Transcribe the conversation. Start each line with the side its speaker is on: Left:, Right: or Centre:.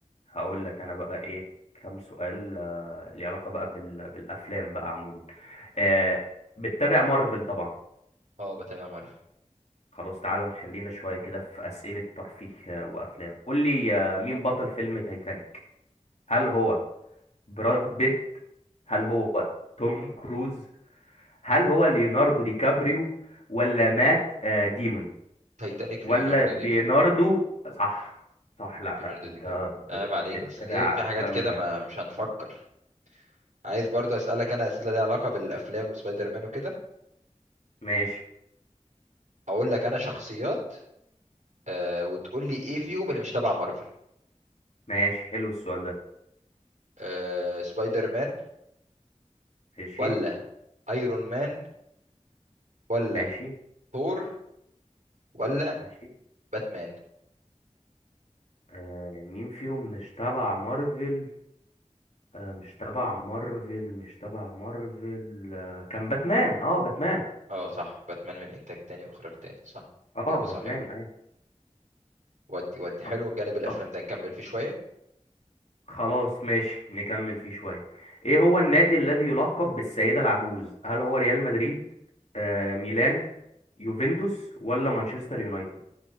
Left: هقول لك انا بقى ايه كام سؤال آه ليه علاقة بقى بال بالافلام بقى عموما آه بتتابع مارفل طبعا
Right: اه بتابع مارفل
Left: خلاص تعالى نخلينا شوية كده في أسئلة ترفيه آه، وأفلام قول لي آه، مين بطل فيلم تايتانيك هل هو براد بيت هل هو توم كروز هل هو ليوناردو دي كابريو ولا مات آه، ديمون
Right: تايتانيك
Left: ولا
Right: ليوناردو
Left: ليوناردو
Right: دي كابريو
Left: صح صح لا
Right: ليوناردو
Left: لا انت
Right: دي كابريو عيب
Left: بت-
Right: عليك
Left: بتتابع
Right: اصل دي في
Left: افلام
Right: حاجات كده ما
Left: كتير
Right: مش هنفكر عايز برضو اسالك انا اسئله ليها علاقه بالافلام وسبايدر مان وكده
Left: ماشي
Right: اقول لك انا شخصيات آه وتقول لي ايه فيهم اللي مش تبع مارفل
Left: ماشي حلو السؤال ده
Right: آه سبايدر مان
Left: ماشي
Right: ولا ايرون مان ولا
Left: ماشي
Right: ثور ولا
Left: ماشي
Right: باتمان
Left: آه مين فيهم مش تبع مارفل آه مش تبع مارفل مش تبع مارفل آه كان باتمان اه باتمان
Right: اه صح باتمان من انتاج تاني واخراج تاني صح
Left: اه
Right: اجابه صحيحه
Left: باتمان اي
Right: ودي ودي حلو
Left: طب
Right: جانب الافلام
Left: طب
Right: ده نكمل فيه شويه
Left: خلاص ماشي نكمل فيه شوية ايه هو النادي الذي يلقب بالسيدة العجوز هل هو ريال مدريد آه ميلان يوفنتوس ولا مانشستر يونايتد